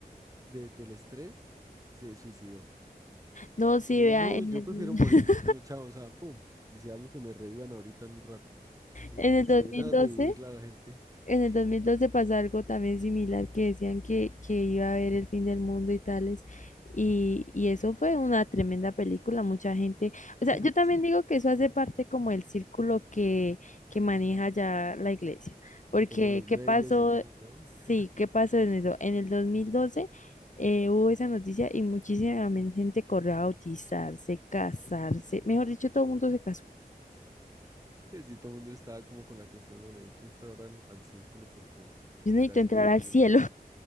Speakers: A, on the right; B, on the left.
A: de- del estrés se suicidó.
B: No, sí,
A: Que digo,
B: vea,
A: no,
B: en
A: yo
B: el,
A: prefiero morirme.
B: <laughs>
A: No, chao, o sea, pum. Y si algo que me reíban ahorita en un rato. Sí,
B: en
A: porque
B: el
A: si
B: dos
A: viene
B: mil
A: a
B: doce.
A: reírla a la gente,
B: En
A: uy,
B: el 2012 pasó algo también similar que decían que, que iba a haber el fin del mundo y tales. Y, y eso fue una tremenda película, mucha gente. O
A: <laughs>
B: sea,
A: este,
B: yo también digo que eso hace parte como el círculo que, que maneja ya la iglesia. Porque,
A: como los medios
B: ¿qué pasó?
A: y todo, ¿no?
B: Sí,
A: <laughs>
B: ¿qué pasó en eso? En el 2012 eh, hubo esa noticia y muchísima gente corrió a bautizarse, casarse. Mejor dicho, todo el mundo se casó.
A: Que si todo el mundo estaba como con la cuestión, no necesito entrar al, al círculo porque
B: Yo
A: ya
B: necesito
A: casi
B: entrar
A: nos morimos.
B: al cielo.